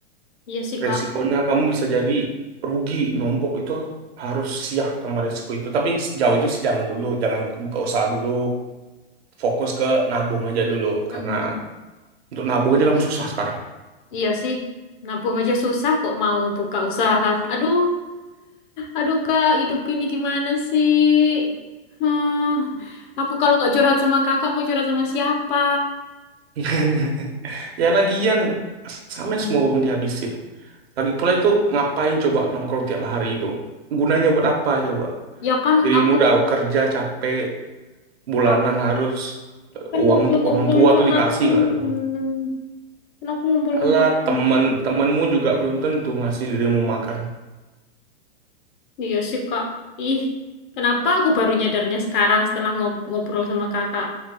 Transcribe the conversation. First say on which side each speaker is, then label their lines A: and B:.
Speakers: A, on the left (about 55°); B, on the right (about 80°).
A: iya sih
B: resikonya
A: kak.
B: kamu bisa jadi rugi nombok itu harus siap sama resiko itu tapi sejauh itu sih jangan dulu jangan buka usaha dulu fokus ke nabung aja dulu
A: Mm-mm.
B: karena untuk nabung aja kamu susah sekarang
A: Iya sih, nabung aja susah kok mau buka usaha. Aduh. Aduh kak, hidup ini gimana sih? Hmm, aku kalau nggak curhat sama kakak mau curhat sama siapa?
B: <laughs> ya lagian sama semua uang dihabisin lagi pula itu ngapain coba nongkrong tiap hari itu gunanya buat apa coba
A: Ya kan
B: dirimu
A: aku
B: udah kerja capek bulanan
A: aku
B: harus eh,
A: kan
B: uang
A: ngumpul-ngumpul
B: untuk orang tua
A: sama
B: tuh dikasih
A: temen.
B: nggak tuh
A: Kan aku ngumpul-ngumpul
B: Alah,
A: sama
B: temen
A: temen.
B: temenmu juga belum tentu ngasih dirimu makan.
A: Iya sih kak. Ih, kenapa aku baru nyadarnya sekarang setelah ngob- ngobrol sama kakak?